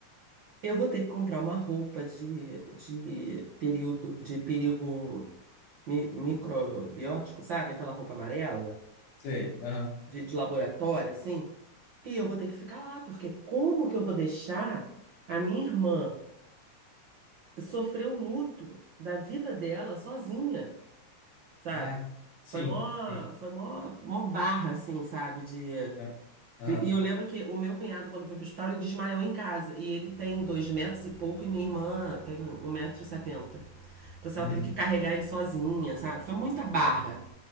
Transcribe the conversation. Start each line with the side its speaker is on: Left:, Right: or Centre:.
Right: eu vou ter que comprar uma roupa de, de período, de perigo mi- microbiótico, sabe? Aquela roupa amarela,
Left: Sei. Aham.
Right: de, de laboratório, assim. E eu vou ter que ficar lá, porque como que eu vou deixar a minha irmã sofrer o luto da vida dela sozinha, sabe?
Left: Ah, sim,
Right: Foi mó,
Left: sim.
Right: foi mó, mó barra, assim, sabe? De
Left: Aham. Aham.
Right: e e eu lembro que o meu cunhado, quando foi pro hospital, ele desmaiou em casa. E ele tem dois metros e pouco, e minha irmã tem um metro e setenta. Então, assim,
Left: Uhum.
Right: ela teve que carregar ele sozinha, sabe? Foi muita barra.